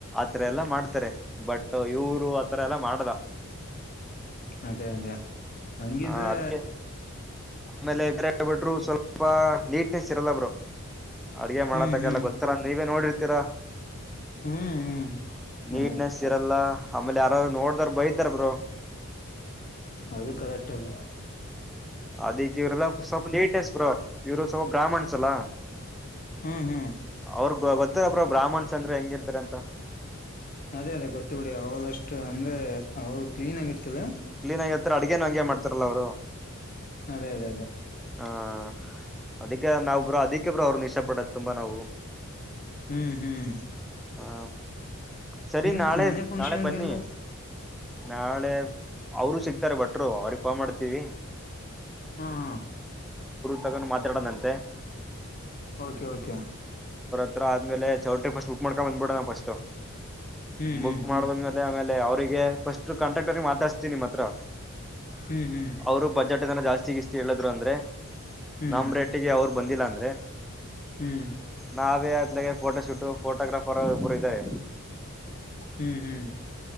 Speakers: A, in the centre; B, on the left.
A: ಆತರ ಎಲ್ಲಾ ಮಾಡ್ತಾರೆ ಬಟ್ ಇವರು ಆತರ ಎಲ್ಲಾ ಮಾಡ್ದ
B: ಅದೇ ಅದೇ ಹಂಗಿದ್ರೆ
A: ಹ ಅದಕ್ಕೆ ಆಮೇಲೆ ಬ ಬಟ್ರು ಸ್ವಲ್ಪ ನೀಟ್ನೆಸ್ ಇರಲ್ಲ ಬರು ಅಡ್ಗೆ ಮಾಡತಕ
B: ಹ್ಮ್ ಹ್ಮ್
A: ಎಲ್ಲ ಗೊತ್ತರ ನೀವೇ ನೋಡಿರ್ತೀರಾ
B: ಹ್ಮ್ ಹ್ಮ್
A: ನೀಟ್ನೆಸ್
B: ಅದೇ
A: ಇರಲ್ಲ ಆಮೇಲೆ ಯಾರಾದು ನೋಡ್ದಾರ ಬೈತಾರ ಬ್ರರು
B: ಅದು ಕರೆಟದು
A: ಅದಿಕ್ಕೆ ಇವರೆಲ್ಲ ಸ್ವಲ್ಪ ನೀಟ್ನೆಸ್ ಬರು ಇವರು ಸ್ವಲ್ಪ ಬ್ರಾಹ್ಮಣ್ಸ್ ಅಲ್ಲಾ
B: ಹ್ಮ್ ಹ್ಮ್
A: ಅವ್ರ ಗೊತ್ತಾರಪ್ರ ಬ್ರಾಹ್ಮಣ್ಸ್ ಅಂದ್ರೆ ಹೆಂಗಿರ್ತಾರ ಅಂತ
B: ಅದೇ ಅದೇ ಗೊತ್ತ ಬಿಡಿ ಅವಳಷ್ಟು ಅಂದ್ರೆ ಅವಳ ಕ್ಲೀನ್ ಆಗಿ ಇರ್ತಿಲ್ಲ
A: ಕ್ಲೀನ್ ಆಗಿರ್ತಾರೆ ಅಡ್ಗೇನ್ ಹಂಗೆ ಮಾಡ್ತಾರಲ್ಲ ಅವರು
B: ಅದೇ ಅದೇ ಅದೇ
A: ಆ ಅದಕ್ಕೆ ನಾವ್ ಬ್ರ ಅದಿಕ್ಕೆ ಬ್ರ ಅವ್ರನು ಇಷ್ಟ ಪಡದ ತುಂಬಾ ನಾವು
B: ಹ್ಮ್ ಹ್ಮ್
A: ಹಾ ಸರಿ
B: ನಿಮ್
A: ನಾಳೆ
B: ಮನೆ ಫಂಕ್ಷನ್ಗೆಲ್ಲ
A: ನಾಳೆ ಬನ್ನಿ ನಾಳೆ ಅವರು ಸಿಕ್ತಾರೆ ಭಟ್ರು ಅವ್ರಿಗೆ ಕ ಮಾಡ್ತೀವಿ
B: ಹ್ಮ್ ಹಾ
A: ತಗೊಂಡು ಮಾತಾಡೋದಂತೆ
B: ಓಕೆ ಓಕೆ
A: ಹತ್ರ ಆದ್ಮೇಲೆ ಚೌಟ್ರಿ ಫಸ್ಟ್ ಬುಕ್ ಮಾಡ್ಕೊಂಡ್ ಬಂದಬಿಡ ನಾವು ಫಸ್ಟ್
B: ಹ್ಮ್
A: ಬುಕ್
B: ಹ್ಮ್
A: ಮಾಡಂದ್ಮೇಲೆ ಆಮೇ ಅವರಿಗೆ ಫಸ್ಟ್ ಕಾಂಟ್ರಾಕ್ಟರ್ ಮಾತಾಡ್ತೀ ನಿಮ್ಮ ಹತ್ರ
B: ಹ್ಮ್ ಹ್ಮ್
A: ಅವರು ಬ ಜಟನ ಜಾಸ್ತಿ ಇಸ್ ಹೇಳಿದ್ರು ಅಂದ್ರೆ
B: ಹ್ಮ್
A: ನಮ್ಮ ರೇಟಿಗೆ ಅವ್ರು ಬಂದಿಲ್ಲ ಅಂದ್ರೆ
B: ಹ್ಮ್
A: ನಾವೇ ಅದಲಾಗ ಫೋಟೋ ಶೂಟ ಫೋಟೋಗ್ರಾಫರ್ ಒಬ್ಬರು ಇದ್ದಾರೆ
B: ಹ್ಮ್ ಹ್ಮ್